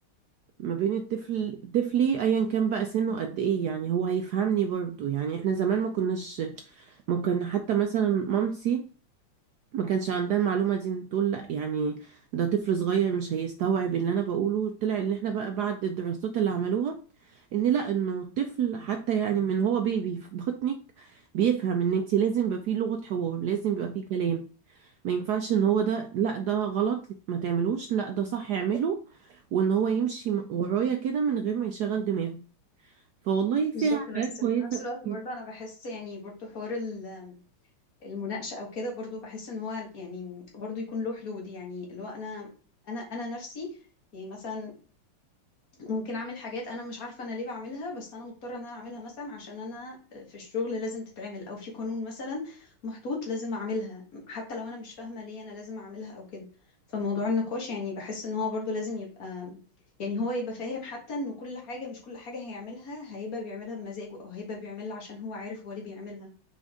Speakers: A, on the right (about 80°); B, on the left (about 45°).
A: ما بين الطفل طفلي ايا كان بقى سنه قد ايه يعني هو هيفهمني برضو يعني احنا زمان ما كناش ممكن حتى مثلا مامتي ما كانش عندها المعلومة دي تقول لا يعني ده طفل صغير مش هيستوعب اللي انا بقوله طلع ان احنا بقى بعد الدراسات اللي عملوها ان لا انه الطفل حتى يعني من هو بيبي في بطنك بيفهم ان انت لازم يبقى فيه لغة حوار لازم يبقى فيه كلام ما ينفعش ان هو ده لا ده غلط ما تعملوش لا ده صح اعمله وان هو يمشي ورايا كده من غير ما يشغل دماغه فوالله فيها
B: بالظبط
A: حاجات
B: بس
A: كويسة
B: في نفس الوقت
A: كتير
B: برضه انا بحس يعني برضه حوار ال- المناقشة او كده برضه بحس ان هو يعني برضه يكون له حدود يعني اللي هو انا انا انا نفسي يعني مثلا ممكن اعمل حاجات انا مش عارفه انا ليه بعملها بس انا مضطره ان انا اعملها مثلا عشان انا في الشغل لازم تتعمل او في قانون مثلا محطوط لازم اعملها حتى لو انا مش فاهمه ليه انا لازم اعملها او كده فموضوع النقاش يعني بحس ان هو برضو لازم يبقى يعني هو يبقى فاهم حتى ان كل حاجه مش كل حاجه هيعملها هيبقى بيعملها بمزاجه او هيبقى بيعملها عشان هو عارف هو ليه بيعملها